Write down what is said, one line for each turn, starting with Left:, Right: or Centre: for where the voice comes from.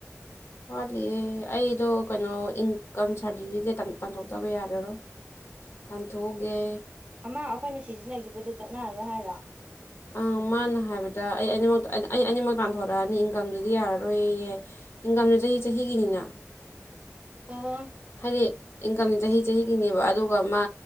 Left: ꯋꯥꯠꯂꯤꯌꯦ ꯑꯩꯗꯣ ꯀꯩꯅꯣ ꯏꯟꯀꯝ ꯁꯥꯔꯇꯤꯐꯤꯀꯦꯠ ꯇꯥꯟꯊꯣꯛꯇꯕ ꯌꯥꯔꯔꯣꯏ ꯇꯥꯟꯊꯣꯛꯑꯒꯦ
Right: ꯑꯃ ꯑꯩꯈꯣꯏꯅ ꯁꯤꯖꯤꯟꯅꯈꯤꯕꯗꯨ ꯆꯠꯅꯔꯔꯣꯏ ꯍꯥꯏꯔꯣ
Left: ꯑ ꯃꯥꯅ ꯍꯥꯏꯕꯗ ꯑꯩ ꯑꯅꯤꯃꯛ ꯑꯩ ꯑꯅꯤꯃꯛ ꯇꯥꯟꯊꯣꯔꯛꯑꯅꯤ ꯏꯟꯀꯝꯗꯨꯗꯤ ꯌꯥꯔꯔꯣꯏꯌꯦ ꯏꯟꯀꯝꯁ ꯆꯍꯤ ꯆꯍꯤꯒꯤꯅꯤꯅ
Right: ꯑꯣ
Left: ꯍꯥꯏꯗꯤ ꯏꯟꯀꯝꯁꯦ ꯆꯍꯤ ꯆꯍꯤꯒꯤꯅꯦꯕ ꯑꯗꯨꯒ ꯃꯥ